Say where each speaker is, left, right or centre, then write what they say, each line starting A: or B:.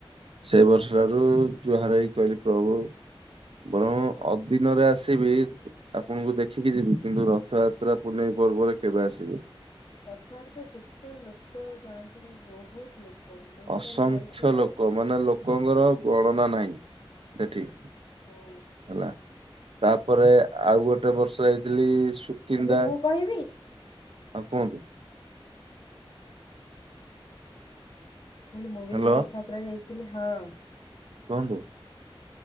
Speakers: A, on the right; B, on the left.
A: ସେଇ ବର୍ଷ ଠାରୁ ଯୁହାର ହେଇ କହିଲି ପ୍ରଭୁ ବରଂ ଅଦିନରେ ଆସିବି ଆପଣଙ୍କୁ ଦେଖିକି ଯିବି କିନ୍ତୁ ରଥଯାତ୍ରା ପୁନେଇ ପର୍ବରେ କେବେ ଆସିବିନି।
B: ରଥଯାତ୍ରାରେ କେତେ ଲୋକ ଯାଆନ୍ତି ବହୁତ ଲୋକ ମୁଁ ବି
A: ଅସଂଖ୍ୟ
B: ଥରେ ଯାଇଥିଲି ଯେ
A: ଲୋକ ମାନେ ଲୋକଙ୍କର
B: ହଁ
A: ଗଣନା ନାହିଁ। ସେଠି।
B: ହୁଁ।
A: ହେଲା ତାପରେ ଆଉ ଗୋଟେ ବର୍ଷ ଯାଇଥିଲି ସୁକିନ୍ଦା।
B: ଏବେ ମୁଁ କହିବି ମୁଁ
A: ହଉ କୁହନ୍ତୁ?
B: କୁହିଲି ମୁଁ ବି
A: ହ୍ୟାଲୋ
B: ଥରେ ରଥଯାତ୍ରା ଯାଇଥିଲି ହଁ।
A: କୁହନ୍ତୁ?